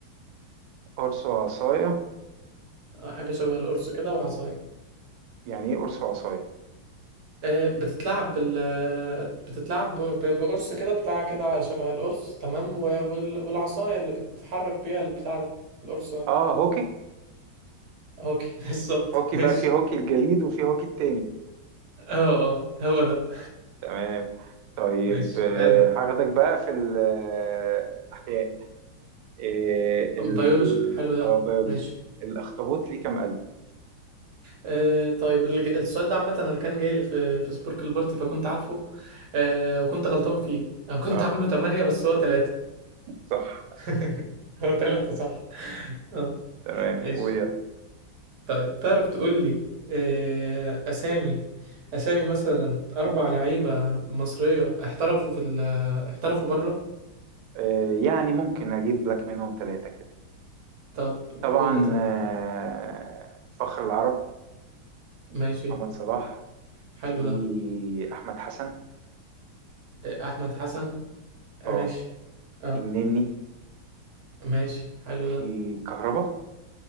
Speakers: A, on the right; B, on the right.
A: قرص وعصاية
B: آه، حاجة شبه القرص كده وعصاية
A: يعني ايه قرص وعصاية
B: آه، بتتلعب بال آه، بتتلعب ب- ب- بقرص كده بتاع كده شبه القرص تمام و- وال- والعصاية اللي بتحرك بيها البتاع ده القرص ده
A: اه هوكي
B: اوكي <laughs> بالظبط
A: هوكي
B: ماشي
A: بقى في هوكي الجليد وفي هوكي التاني
B: اه اه هو ده
A: تمام طيب
B: ماشي
A: آه،
B: حلو
A: هاخدك بقى في الأحياء آه،
B: بيولوجي
A: ال
B: حلو ده
A: أو بيولوجي
B: ماشي
A: الأخطبوط ليه كام قلب؟
B: آه طيب الج- السؤال ده عامة أنا كان جاي لي في في سبوركل بارتي فكنت عارفه آه وكنت غلطان فيه أنا كنت
A: اه
B: عامله تمانية بس هو تلاتة
A: صح
B: <laughs> هو تلاتة صح اه
A: تمام
B: ماشي
A: ويلا
B: طيب تعرف تقول لي آه أسامي أسامي مثلا أربع لعيبة مصرية احترفوا في ال احترفوا بره
A: آه، يعني ممكن أجيب لك منهم ثلاثة كده
B: طب
A: طبعا
B: قول لي طيب
A: آه، فخر العرب
B: ماشي
A: محمد صلاح
B: حلو
A: في
B: ده
A: أحمد حسن
B: آه، أحمد حسن ماشي
A: اه
B: اه
A: في النني
B: ماشي حلو ده
A: في كهربا